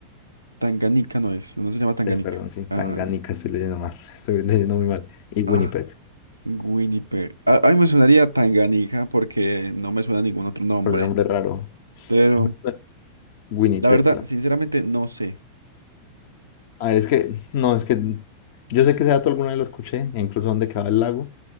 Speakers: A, on the right; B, on the left.
A: Tanganica no es, no se llama Tanganica.
B: es, perdón, sí, Tanganica,
A: Ah,
B: estoy leyendo mal, <laughs> estoy leyendo muy mal, y Winnipeg,
A: ah, Winnipeg. Ah, ay, me sonaría Tanganica porque no me suena ningún otro nombre.
B: por el nombre raro.
A: Pero
B: A mí me suena Winnipeg,
A: la verdad, sinceramente, no sé.
B: A ver, es que, no, es que yo sé que ese dato alguna vez lo escuché, e incluso dónde queda el lago.